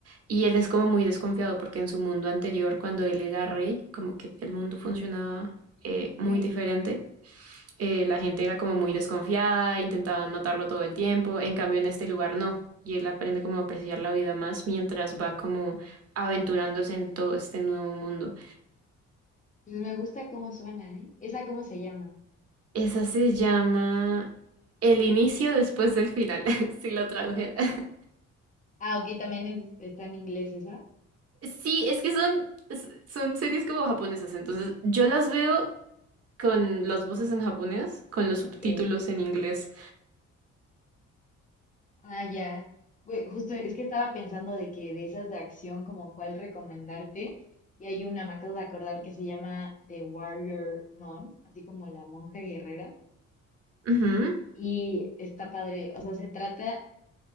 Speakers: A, on the right; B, on the left.
A: Y él es como muy desconfiado porque en su mundo anterior, cuando él era rey, como que el mundo funcionaba eh, muy
B: Sí,
A: diferente eh, la gente era como muy desconfiada, intentaban matarlo todo el tiempo, en cambio en este lugar no, y él aprende como a apreciar la vida más mientras va como aventurándose en todo este nuevo mundo.
B: pues me gusta cómo suena, ¿eh? ¿Esa cómo se llama?
A: Esa se llama El inicio después del final, <laughs> si lo tradujera. <laughs>
B: Ah, ok, también es- está en inglés esa.
A: Sí, es que son, son series como japonesas, entonces yo las veo con las voces en japonés, con los subtítulos
B: Ok.
A: en inglés.
B: Ah, ya. Güey, justo es que estaba pensando de que de esas de acción, como cuál recomendarte. Y hay una, me acabo de acordar, que se llama The Warrior Nun, así como la monja guerrera.
A: Ujú.
B: Y está padre, o sea, se trata,